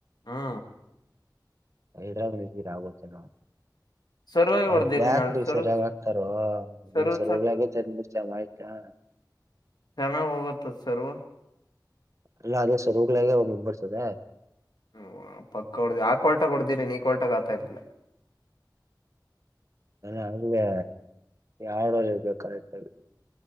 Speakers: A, on the left (about 65°); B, on the right (about 40°).
A: ಹಾ
B: ಹೈದರಾಬಾದ್ ನಿ ಆಗೋ ಜನ
A: ಸರ್ವಾಗಿ
B: ಅ
A: ಹೊಡ್ದಿರಿ
B: ಬಾಕ್
A: ನಲ್ಲಿ ಸರ್
B: ಸರಿಯಾಗ ಆಗ್ತಾರ
A: ಸರ್ವ್
B: ನಿ್ ಸರ್ ಹೋಗ್ಳಾಗತ ಮುಡ್ತ ಆ್ ಹಾ
A: ಚೆನ್ನಾಗ ಹೋಗತ್ತತ್ ಸರ್
B: ಅಲ್ಲ ಅದೆ ಸ್ವರೂೋಗ ಲೆ ಅವ ಮಂಬರ್ ಸದ
A: ಹ್ಮ ಪಕ್ಕ ಹೊಡ್ದ ಆ ಕೊೋಲ್ಟಾಗ ಹೊಡ್ದಿರಿ ನೀ ಕೊಲ್ಟಾಗ ಆತಾ ಇರ್ಲಾ <unintelligible>
B: ನಾನ ಅಲ್ಲೇ ಆಡ ಕರೆಕ್ಟ್ಲ್ಲಿ